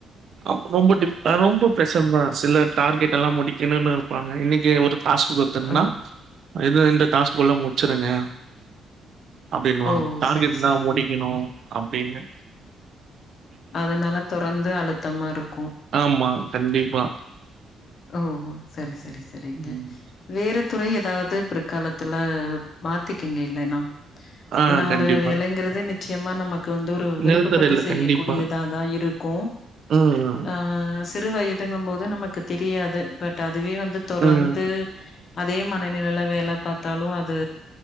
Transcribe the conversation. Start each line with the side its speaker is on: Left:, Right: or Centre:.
Right: அப் ரொம்ப டிப் ரொம்ப பிரஷர் தான் சில டார்கெட் எல்லாம் முடிக்கணும்னு இருப்பாங்க இன்னைக்கு ஒரு டாஸ்க்கு புத்துன்னா
Left: ஓ!
Right: எது இந்த டாஸ்ஃபுல்லா முடிச்சிருங்க அப்படின்னுவா
Left: ஓ!
Right: டார்கெட்
Left: சரி, சரிங்க.
Right: தான் முடி அப்படின்னு
Left: அதனால தொறந்து அழுத்தமா இருக்கு
Right: ஆமா கண்டிப்பா
Left: ஓ ஓ சேரி சேரி சேரிங்க
Right: ம்.
Left: வேற துறை ஏதாவது பிற்காலத்துல மாத்திக்கீங்க இல்லைன்னா
Right: ஆ
Left: ஏன்னா
Right: கண்டிப்பா
Left: ஒரு வேலைங்கிறது நிச்சயமா நமக்கு வந்து ஒரு விருப்ப
Right: நிரந்தர
Left: பட்டு
Right: இல்ல
Left: செய்ய
Right: கண்டிப்பா
Left: கூடியதா தான் இருக்கும்
Right: ம்
Left: ஹ சிறு வயதுங்கும் போது இது நமக்கு தெரியாது பட் அது அதுவே வந்து தொறந்து
Right: ம்
Left: அதே மனநிலையில வேல பார்த்தாலும் அது